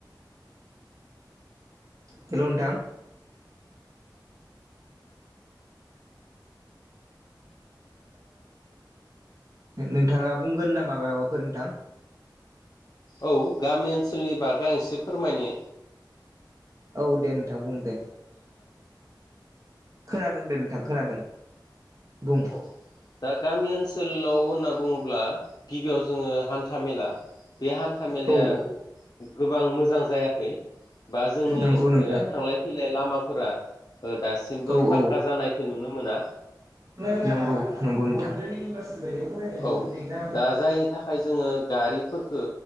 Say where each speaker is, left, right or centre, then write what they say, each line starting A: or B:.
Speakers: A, on the right; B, on the left.
A: हेल' नोंथां नोंथाङा बुंगोन नामा माबाफोर नोंथां
B: औ गामि ओनसोलनि बागै आं एसे फोरमायनो
A: औ दे नोंथां बुं दे खोनादों दे नोंथां खोनादों बुं
B: औ दा गामि ओनसोलाव होनना बुङोब्ला गिबियाव जोङो हान्था मेला बे हान्था मेलाया
A: औ औ
B: गोबां मोजां जायाखै बा जोंनि
A: नंगौ नोंथां
B: थांलाय फैलाय लामाफोरा दासिमबो
A: औ औ
B: पाक्का जानायखौ नुनो मोना
A: नंगौ नंगौ नोंथां <inaudible>
B: औ दा जायनि थाखाय जोङो गारिफोरखो